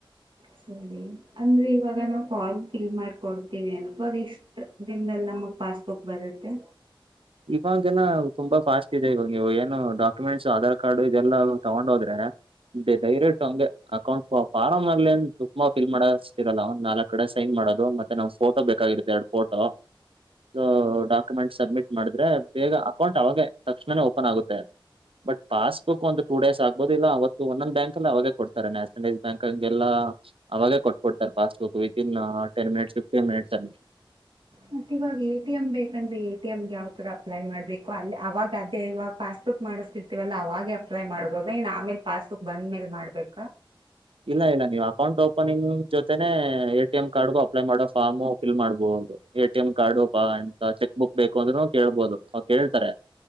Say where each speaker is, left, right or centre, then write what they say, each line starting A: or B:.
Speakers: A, on the right; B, on the right.
A: ಸರಿ ಅಂದ್ರೆ ಇವಾಗ ನಾವು ಫಾರ್ಮ್ ಫಿಲ್ ಮಾಡಕೊಡ್ತೀವಿ ಅನ್ಕೋ ಅದ ಇಷ್ಟ ದಿನದಲ್ಲಿ ನಮ್ಗೆ ಪಾಸ್ಬುಕ್ ಬರುತ್ತೆ
B: ಇವಾಗನ ತುಂಬಾ ಫಾಸ್ಟ್ ಇದೆ ಇವಾಗ ನೀವು ಏನು ಡಾಕ್ಯುಮೆಂಟ್ಸ್ ಆಧಾರ್ ಕಾರ್ಡ್ ಇದೆಲ್ಲಾ ತಗೊಂಡ್ ಹೋದ್ರೆ ಇದಡೈರ್ಯಟ್ಟು ಅಂಗೆ ಅಕೌಂಟ್ ಫಾರ್ಮ್ ಅಲ್ಲಿ ಏನ್ ದುಕ್ಮ ಫಿಲ್ ಮಾಡತಿರಲ್ಲ ಒ್ ನಾಲ್ಕ್ ಕಡೆ ಸೈನ್ ಮಾಡೋದು ಮತ್ತೆ ನಮ್ ಫೋಟೋ ಬೇಕಾಗಿರುತ್ತೆ ಎರಡು ಫೋಟೋ ಹಾಹಾಡಾಕ್ಯುಮೆಂಟ್ ಸಬ್ಮಿಟ್ ಮಾಡಿದ್ರೆ ಬೇಗ ಅಕೌಂಟ್ ಅವಾಗೆ ತಕ್ಷಣನೇ ಓಪನ್ ಆಗುತ್ತೆ ಬಟ್ ಪಾಸ್ಟ್ ಕ್ ಒಂದು ಟುಡೇಸ್ ಆಗ್ಬೋದಲ್ಲಅವತೆ ಒಂದೊಂದ್ ಬ್ಯಾಂಕ್ ಅಲ್ಲಿ ಅವಾಗೆ ಕೊಡ್ತಾರೆ ನ್ಯಾಷನಲೈಸ್ಡ್ ಬ್ಯಾಂಕ್ಗೆಲ್ಲ ಅವಾಗೆ ಕೊಟ್ ಕೊಡ್ತಾರೆ passbook within ten minutes fifteen minutes ಅಲ್ಲಿ.
A: ಮತ್ತ ಇವಾಗ ಎ ಟಿ ಎಂ ಬೇಕಂದ್ರೆ ಎ ಟಿ ಎಂ ಗೆ ಯಾವ್ತರ ಅಪ್ಲೈ ಮಾಡ್ಬೇಕು ಅಲ್ಲಿ ಅವಾಗ ಅದೇ ಇವಾಗ ಪಾಸ್ಬುಕ್ ಮಾಡಸ್ತಿರ್ತಿವಲ್ಲ ಅವಾಗೆ ಅಪ್ಲೈ ಮಾಡ್ಬೋದ ಏನ್ ಆಮೇಲೆ ಪಾಸ್ಬುಕ್ ಬಂದ್ಮೇಲ್ ಮಾಡ್ಬೇಕಾ?
B: ಇಲ್ಲ ಇಲ್ಲ ನೀವು ಅಕೌಂಟ್ ಓಪನಿಂಗ್ ಜೊತೆನೆ ಎ ಟಿ ಎಂ ಕಾರ್ಡ್ಗೂ ಅಪ್ಲೈ ಮಾಡೋ ಫಾರ್ಮು ಫಿಲ್ ಮಾಡ್ಬೋದು ಎ ಟಿ ಎಂ ಕಾರ್ಡ್ ಪ ಎಂತ ಚೆಕ್ ಬುಕ್ ಬೇಕು ಅಂದ್ರೂ ಕೇಳ್ಬೋದು. ಹ ಕೇಳ್ತಾರೆ